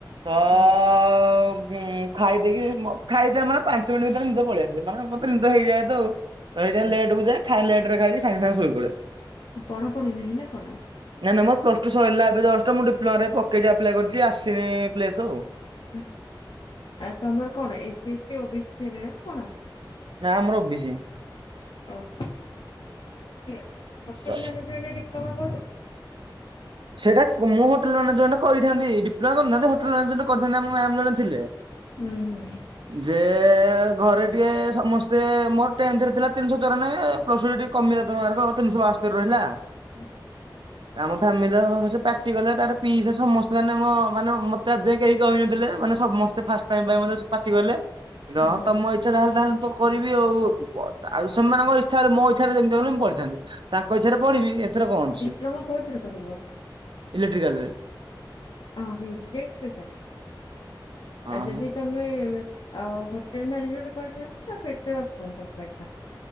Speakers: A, on the right (about 75°); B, on the left (about 85°).
A: ତ <unintelligible>
B: ହୁଁ
A: ଖାଇ ଦେଇେଇକି ଖାଇଡେମ ମାନେ ପାଞ୍ଚ ମିନିଟ୍ ଭିତରେ ନିଦ ପଳେଇଆସେ ମାନେ ମତେ ନିଦ ହେଇଯାଏ ତ ଆଉ। ତ ଏଇଥି ପାଇଁ
B: ହୁଁ
A: ଲେଟ କୁ ଯାଏ ଖାଇ ଲେଟ ରେ ଖାଇ ସାଙ୍ଗେ ସାଙ୍ଗେ ଶୋଇ ପଡେ।
B: ପଢା ପଢି ନାହିଁ ନା କଣ?
A: ନାଇଁ ନାଇଁ ମୋର ପ୍ଲସ୍ଟୁ ସରିଲା ଏବେ ଜଷ୍ଟ ମୁଁ ଡିପ୍ଲୋମାରେ ପକେଇଛି ଆପ୍ଳାଏ କରିଛି ଆସିନି ପ୍ଲେସ୍ ଆଉ।
B: ଆଛା ଆ ତମର କଣ SC ST, O B C, general କଣ?
A: ନା ଆମର ଓ ବି ଶି।
B: ଓହୋ ହୋଟେଲ
A: ତ
B: ମ୍ୟାନେଜମେଣ୍ଟ ଡିପ୍ଲୋମା କଣ?
A: ସେଇଟାଁ ହୋଟେଲ ମାନଜେଣ୍ଟ କରିଥାନ୍ତି ଡିପ୍ଲୋମା କରିନଥାନ୍ତି ହୋଟେଲ ମାନେଜେଣ୍ଟ କରିଥାନ୍ତି ଆ ମ୍ୟାମ ଜଣ ଥିଲେ।
B: ହୁଁ ହୁଁ।
A: ଯେ ଘରେ ଟିକେ ସମସ୍ତେ ମୋର ଟେନ୍ତ ରେ ଥିଲା ତିନିଶହ ଚଉରାନବେ। ପ୍ଲସ୍ଟୁ ରେ କମିଲା ତ ମାର୍କ ତିନିଶହ ବାସ୍ତରି ରହିଲା।
B: ଆଚ୍ଛା।
A: ଆମ ଫାମିଲି ପାଟିକଲ ତାର ପିସ ସମସ୍ତେ ମାନେ ମୋ ମାନେ ମତେ ଆ ଯାଇ କେହି କହିନଥିଲେ ମାନେ ସମସ୍ତେ ଫାଷ୍ଟ ଫାଷ୍ଟ ଟାଇମ ପାଇଁ ପାଟି ଗଲେ ରହ
B: ହୁଁ
A: ତମ ଇଛା ତାହେଲେ ତାହେଲେ ତ କରିବି ଆଉ ଆଉ ସେମାନଙ୍କ ଇଚ୍ଛା ରେ ମୋ ଇଛାରେ ଯେମିତିହେଲେ ମୁଁ ପଢିଥାନ୍ତି। ତାଙ୍କ ଇଛାରେ ପଢିବି ଏଥର କଣ ଅଛି
B: ଡିପ୍ଲୋମା କୋଉଥିରେ କରିବ?
A: ଇଲେକ୍ଟ୍ରିକାଲରେ।
B: ଅ ଇଲେକ୍ଟ୍ରିକାଲ
A: ହଁ
B: ଆଉ ଯଦି
A: ହଁ।
B: ତମେ ହୋଟେଲ ମାନେଜମେଣ୍ଟ କରିଥାନ୍ତ ତ ବେଟର ଅପସନ୍ ତମେ ପାଇଥାନ୍ତ।